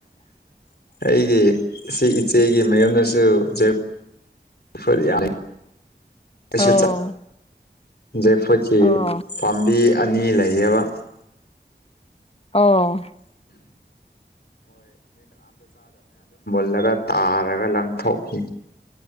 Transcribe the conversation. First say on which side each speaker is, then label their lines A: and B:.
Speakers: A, on the left; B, on the left.
A: ꯑꯩꯒꯤ ꯁꯤ ꯏꯆꯦ ꯑꯩꯒꯤ ꯃꯌꯨꯝꯗꯁꯨ ꯖꯦꯛ ꯐꯔ꯭ꯨꯠꯇ ꯌꯥꯝ ꯑꯩꯁꯨ
B: ꯑꯣ
A: ꯖꯦꯛ ꯐꯔꯨꯏꯠ ꯀꯤ
B: ꯑꯣ
A: ꯄꯥꯝꯕꯤ ꯑꯅꯤ ꯂꯩꯌꯦꯕ꯫
B: ꯑꯣ
A: ꯈꯜꯂꯒ ꯇꯥꯔꯒ ꯂꯪꯊꯣꯛꯈꯤ